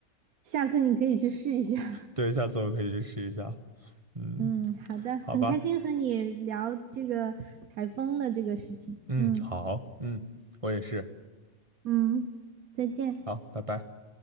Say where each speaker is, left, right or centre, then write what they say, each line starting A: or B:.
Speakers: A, on the right (about 85°); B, on the right (about 25°).
A: 下次你可以去试一下。
B: 对，下次我可以去试一下，
A: <laughs>
B: 嗯，
A: 嗯，好的，很开心和你聊这个台风的这个事情。
B: 好吧，嗯，
A: 嗯
B: 好，嗯，我也是。
A: 嗯，再见。
B: 好，拜拜。